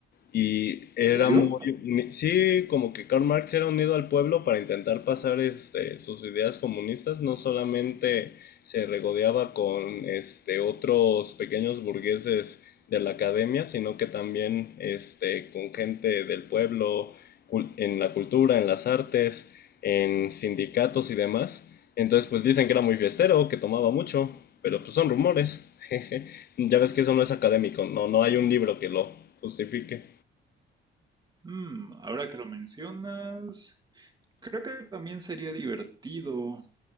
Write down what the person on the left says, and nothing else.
y era
muy, uni- sí, como que Karl Marx era unido al pueblo para intentar pasar este, sus ideas comunistas, no solamente se regodeaba con este, otros pequeños burgueses de la academia, sino que también este, con gente del pueblo, cul- en la cultura, en las artes, en sindicatos y demás. Entonces, pues dicen que era muy fiestero, que tomaba mucho, pero pues son rumores. <laughs> Ya ves que eso no es académico, no, no hay un libro que lo justifique.